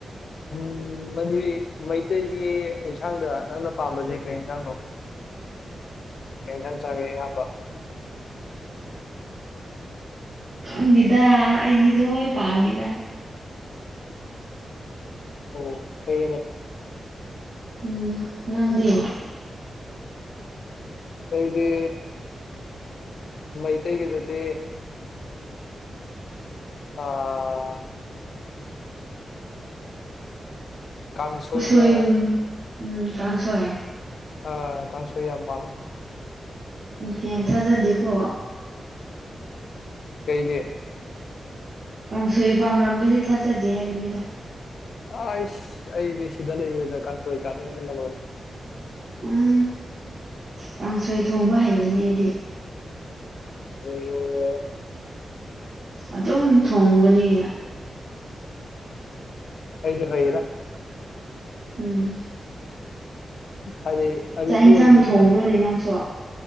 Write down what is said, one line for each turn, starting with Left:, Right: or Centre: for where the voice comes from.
Left: ꯎꯝ ꯃꯅꯤ ꯃꯩꯇꯩꯒꯤ ꯑꯦꯟꯁꯥꯡꯗ ꯅꯪꯅ ꯄꯥꯝꯕꯅꯦꯦ ꯀꯩ ꯌꯦꯟꯁꯥꯡꯅꯣ
Right: <unintelligible>
Left: ꯀ ꯊꯪ ꯆꯥꯒꯦ ꯌꯥꯝꯕ
Right: ꯀꯪꯗꯗ ꯑꯩꯗꯤ ꯂꯣꯏ ꯄꯥꯝꯃꯤꯗ
Left: ꯑꯣ ꯐꯩꯅꯦ
Right: ꯎꯝ ꯅꯪꯗꯤ
Left: ꯑꯩꯗꯤ ꯃꯩꯇꯩ ꯀꯗꯗꯤ ꯑꯥ ꯀꯥꯡꯁꯣꯏꯒ
Right: ꯎꯁꯣꯏꯒꯨꯝ ꯎꯝ ꯀꯥꯡꯁꯦ
Left: ꯑ ꯀꯟ ꯁ ꯌꯥꯝ ꯄꯥꯃꯦ
Right: ꯎꯝ ꯌꯥꯝ ꯊꯥꯖꯗꯦꯀꯣ
Left: ꯀꯩꯒꯤ
Right: ꯀꯥꯡꯁꯣꯏ ꯄꯥꯝꯔꯝꯕꯁ ꯊꯥꯖꯗꯦ ꯍꯥꯏꯕꯅꯤꯗ
Left: ꯑ ꯏꯁ ꯑꯩꯗꯤ ꯁꯤꯗ ꯂꯩ ꯀꯁꯨ ꯆꯗꯔꯦ
Right: ꯎꯝ ꯀꯥꯡꯁꯣꯏ ꯊꯣꯡꯕ ꯍꯩꯕꯅꯦ ꯑꯩꯗꯤ
Left: ꯑꯣ
Right: ꯑꯗꯨꯝ ꯊꯣꯡꯕꯅꯤꯅ
Left: ꯑꯩꯁꯨꯣ ꯍꯣꯏꯔ
Right: ꯎꯝ
Left: ꯍꯥꯏꯗꯤ ꯑꯔꯨꯕ
Right: ꯆꯥꯛ ꯌꯦꯟꯁꯥꯡ
Left: ꯑꯣꯏꯗꯦꯗꯅ
Right: ꯊꯣꯡꯕ꯭ꯔꯣꯗꯤ ꯅꯪꯁꯨ